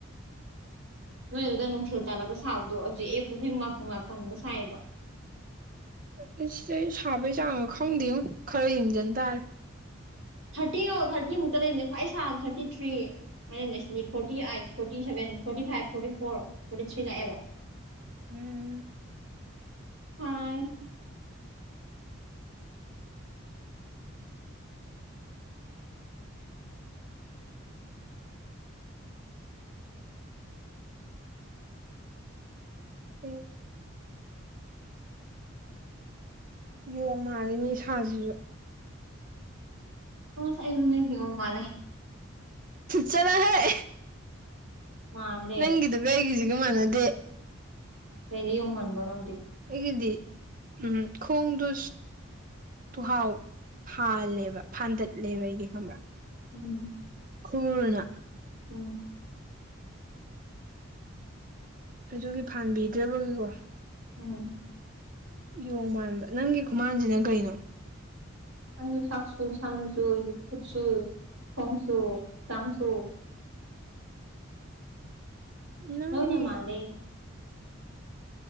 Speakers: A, on the right (about 75°); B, on the right (about 40°).
A: ꯅꯣꯏꯗꯨꯗ ꯅꯨꯡꯊꯤꯜ ꯆꯥꯜꯂꯒ ꯁꯥꯕꯗꯣ ꯍꯧꯖꯤꯛ ꯑꯦ ꯄꯨꯡ ꯄꯁꯤꯡ ꯃꯥꯄꯟ ꯃꯥꯄꯟꯒ ꯁꯥꯏꯌꯦꯕ
B: ꯑꯩ ꯁꯤꯗ ꯑꯩ ꯁꯥꯕꯩ ꯆꯥꯡ ꯈꯪꯗꯦ ꯈꯔ ꯌꯦꯡꯖꯟ ꯇꯥꯔꯦ
A: ꯊꯥꯔꯇꯤ ꯑꯣ ꯊꯥꯔꯇꯤ ꯃꯨꯛꯇ ꯂꯩꯕꯅꯦ ꯈ꯭ꯋꯥꯏ ꯁꯥꯕ ꯊꯥꯔꯇꯤ ꯊ꯭ꯔꯤ ꯃ ꯉꯁꯤꯗꯤ forty eight forty seven forty five forty four forty three ꯂꯥꯛꯑꯦꯕ
B: ꯎꯝ
A: ꯑꯥꯏ
B: ꯍ ꯌꯣꯡ ꯃꯥꯜꯂꯤꯅꯤ ꯁꯥꯁꯤꯁꯨ
A: ꯍꯁ ꯑꯩꯁꯨꯅꯦ ꯌꫭꯡ ꯃꯥꯜꯂꯦ
B: ꯆꯠꯂꫭꯍ‌ꯦ
A: ꯃꯥꯟꯗꯦ
B: ꯅꯪꯒꯤꯗꯨꯒ ꯑꯩꯒꯤꯁꯤꯒ ꯃꯥꯟꯅꯗꯦ
A: ꯀꯩꯗ ꯌꯣꯡꯍꯟꯕ꯭ꯔꯣ ꯅꯪꯁꯦ
B: ꯑꯩꯒꯤꯗꯤ ꯎꯝ ꯈꯣꯡꯗꯨ ꯇꯨꯍꯥꯎ ꯐꯥꯜꯂꯦꯕ ꯐꯥꯗꯠꯂꯦꯕ ꯑꯩꯗꯤ ꯈꯪꯕꯔꯥ
A: ꯎꯝ
B: ꯈꯨꯔꯅ
A: ꯎꯝ
B: ꯑꯗꯨꯒꯤ ꯐꯥꯟꯕꯤꯗ꯭ꯔꯕꯒꯤꯀꯣ
A: ꯎꯝ
B: ꯌꯣꯡ ꯃꯥꯟꯕ ꯅꯪꯒꯤ ꯈꯨꯃꯥꯟꯁꯤꯅ ꯀꯩꯅꯣ
A: ꯑꯁꯨ ꯆꯥꯛꯁꯨꯨ ꯁꯥꯟꯖꯣꯏ ꯀꯠꯆꯁꯨ ꯍꯪꯁꯨ ꯆꯪꯁꯨ
B: ꯅꯪꯒꯤ
A: ꯅꫭꯏꯅ ꯃꯥꯗꯦ